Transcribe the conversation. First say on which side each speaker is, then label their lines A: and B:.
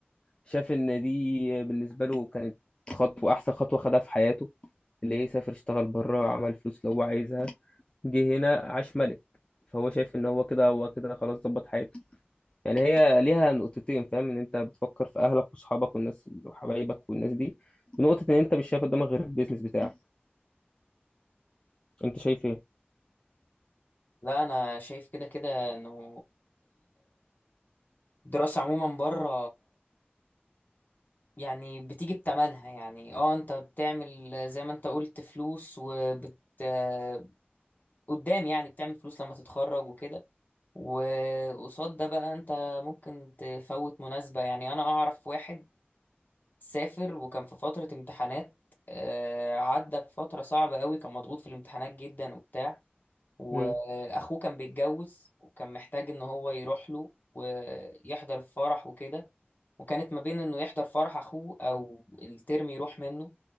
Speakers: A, on the left (about 25°); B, on the left (about 50°).
A: شاف ان دي بالنسبه له كانت خطوه احسن خطوه خدها في حياته اللي هي سافر اشتغل بره عمل فلوس اللي هو عايزها جه هنا عاش ملك فهو شايف ان هو كده هو كده خلاص ظبط حياته يعني هي ليها نقطتين فاهم ان انت بتفكر في اهلك واصحابك والناس وحبايبك والناس دي ونقطه ان انت مش شايف قدامك غير البيزنس بتاعك انت شايف ايه
B: لا انا شايف كده كده انه الدراسة عموما بره يعني بتيجي بتمنها يعني اه انت بتعمل زي ما انت قلت فلوس وبت آه، قدام يعني بتعمل فلوس لما تتخرج وكده وقصاد ده بقى انت ممكن تفوت مناسبة يعني انا اعرف واحد سافر وكان في فترة امتحانات آه، عدى بفترة صعبة قوي كان مضغوط في الامتحانات جدا وبتاع واخوه
A: امم
B: كان بيتجوز وكان محتاج ان هو يروح له ويحضر الفرح وكده وكانت ما بين انه يحضر فرح اخوه او الترم يروح منه